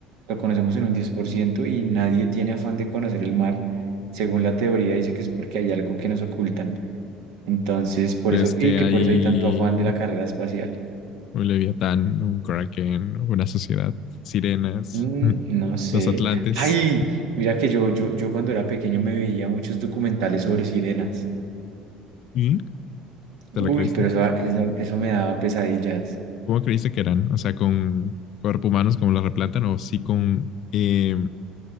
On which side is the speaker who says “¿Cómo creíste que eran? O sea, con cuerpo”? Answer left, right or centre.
Left